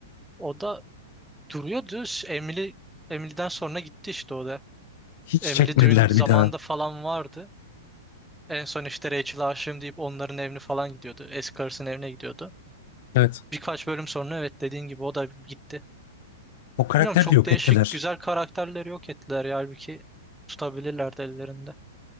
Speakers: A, in the centre; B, on the left.
A: O da duruyordu. Emily, Emily'den sonra gitti işte o da.
B: Hiç
A: Emily
B: çekmediler
A: düğün zamanında
B: bir daha.
A: falan vardı. En son işte Rachel'a aşığım deyip onların evine falan gidiyordu. Eski karısının evine gidiyordu.
B: Evet.
A: Birkaç bölüm sonra evet dediğin gibi o da gitti.
B: O karakteri
A: Bilmiyorum çok
B: de yok
A: değişik
B: ettiler.
A: güzel karakterleri yok ettiler ya halbuki tutabilirlerdi ellerinde.